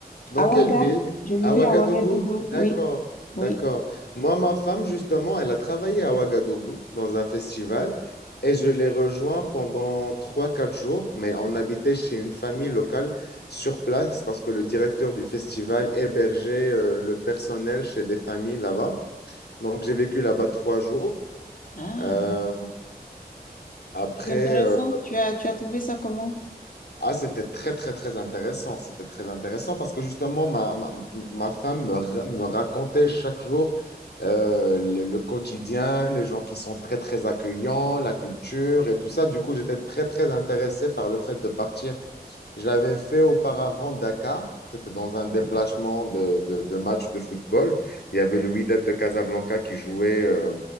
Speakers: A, on the left; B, on the left.
A: Dans
B: à
A: quelle
B: Ouaga,
A: ville?
B: je vivais
A: À Ouagadougou?
B: à Ouagadougou,
A: D'accord,
B: oui,
A: d'accord.
B: oui.
A: Moi, ma femme, justement, elle a travaillé à Ouagadougou dans un festival et je l'ai rejoint pendant trois, quatre jours, mais on habitait chez une famille locale sur place parce que le directeur du festival hébergeait euh, le personnel chez des familles là-bas. Donc, j'ai vécu là-bas trois jours.
B: Ah,
A: Euh, après,
B: C'est intéressant. Tu as, tu as trouvé ça comment?
A: Ah, c'était très, très, très intéressant. C'était très intéressant parce que justement, ma, ma, ma femme me, ra- me racontait chaque jour euh, le, le quotidien, les gens qui sont très, très accueillants, la culture et tout ça. Du coup, j'étais très, très intéressé par le fait de partir je l'avais fait auparavant Dakar. C'était dans un déplacement de, de, de match de football. Il y avait le Wydad de Casablanca qui jouait euh,